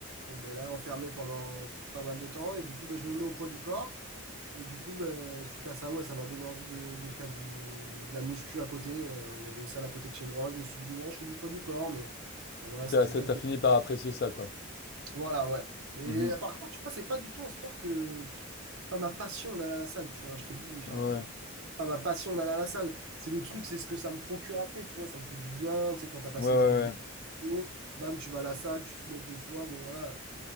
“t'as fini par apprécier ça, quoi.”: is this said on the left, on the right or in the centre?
Left